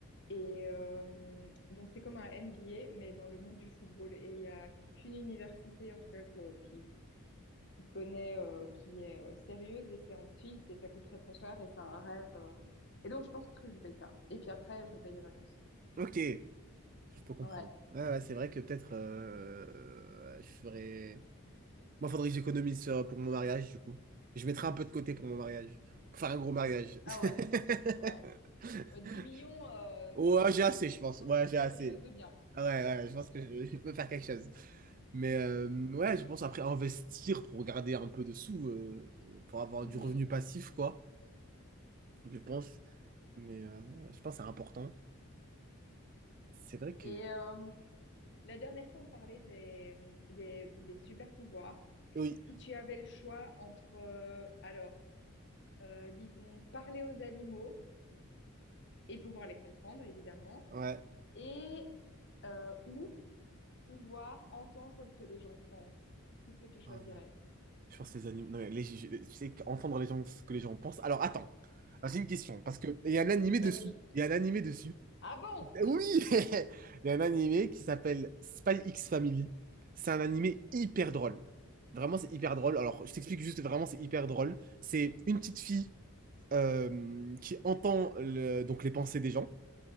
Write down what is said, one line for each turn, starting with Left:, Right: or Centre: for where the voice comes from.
Left: Et euh, donc, c'est comme un MBA, mais dans le monde du football. Et il y a qu'une université, en tout cas, que- qui, qui connaît, euh, qui est euh, sérieuse, et c'est en Suisse, et ça coûte très très cher, et c'est un rêve. euh. Et donc, je pense que je lui paye ça. Et puis après, je nous paye des vacances.
Right: Ok, je peux comprendre.
Left: Ouais.
Right: Ouais, ouais, c'est vrai que peut-être euh, je ferais. Moi, faudrait que j'économise euh, pour mon mariage, du coup. Je mettrai un peu de côté pour mon mariage. Pour faire un gros mariage.
Left: Ah
Right: <laughs>
Left: ouais, ouais. Ouais, 10 millions, euh,
Right: Ouais,
Left: ça va, quoi.
Right: j'ai assez,
Left: Il
Right: je
Left: est
Right: pense.
Left: bien
Right: Ouais,
Left: de faire
Right: j'ai
Left: quelque
Right: assez.
Left: chose de bien.
Right: Ouais, ouais, ouais, je pense que je, je peux faire quelque chose. Mais euh, ouais, je pense après investir pour garder un peu de sous, euh, pour avoir
Left: Mhm.
Right: du revenu passif, quoi. Je pense. Mais euh, je pense que c'est important. C'est vrai que.
Left: Et euh, la dernière fois, on parlait des, des, des super pouvoirs.
Right: Oui,
Left: Si tu avais le choix entre... euh, alors, euh, disons, parler aux animaux et pouvoir les comprendre, évidemment,
Right: ouais.
Left: et euh, ou pouvoir entendre ce que les gens pensent. Qu'est-ce que tu choisirais?
Right: Oh, non. Je pense que les animaux. Non, mais les- je- je- tu sais qu'entendre les gens, ce que les gens pensent. Alors attends, Alors, j'ai une question, parce que il y a un animé
Left: Vas-y.
Right: dessus. Il y a un animé dessus.
Left: Ah bon?
Right: Oui! <laughs> Il y a un animé qui s'appelle Spy X Family. C'est un animé hyper drôle. Vraiment, c'est hyper drôle. Alors, je t'explique juste, vraiment, c'est hyper drôle. C'est une petite fille euh, qui entend le- donc les pensées des gens.